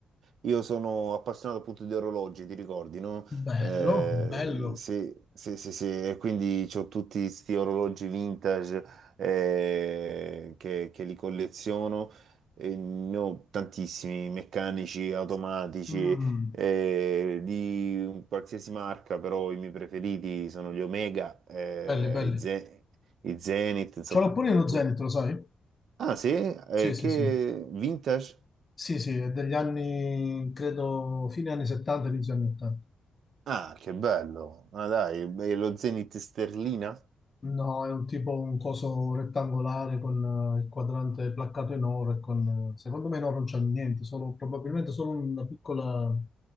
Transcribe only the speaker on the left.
bello,
bello.
Mm,
belli, belli.
Ce l'ho pure
nello
Zenith, lo sai?
Sì, sì,
sì.
Sì, sì, è degli anni, credo, fine anni 70, inizio anni 80.
No, è un tipo, un coso rettangolare con eh, il quadrante placcato in oro e con, eh, secondo me in oro non c'è niente, solo, probabilmente solo una piccola